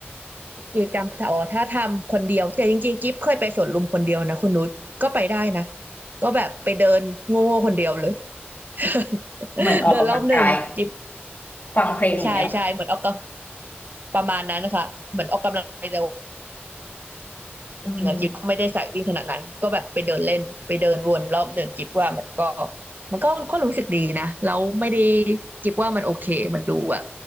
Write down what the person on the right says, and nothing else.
กิจกรรมอ๋อถ้าทำคนเดียวแต่จริงๆกิ๊บเคยไปสวนลุมคนเดียวนะคุณนุชก็ไปได้นะก็แบบไปเดินโง่ๆคนเดียวเลย <laughs>
เดินรอบหนึ่งจิ๊บ
ใช่ใช่เหมือนออกกำประมาณนั้นนะคะเหมือนออกกำลังกายแต่ว่า
จริงๆอะกิฟก็ไม่ได้สายวิ่งขนาดนั้นก็แบบไปเดินเล่นไปเดินวนรอบหนึ่งกิฟว่ามันก็มันก็ก็รู้สึกดีนะแล้วไม่ได้กิฟว่ามันโอเคมันดูแบบ